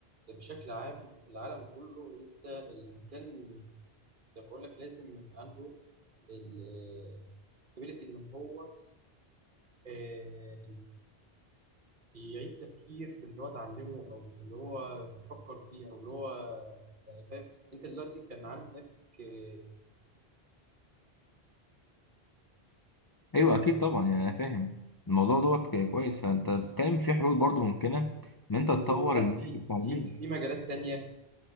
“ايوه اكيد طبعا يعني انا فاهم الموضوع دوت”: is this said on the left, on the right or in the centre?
Left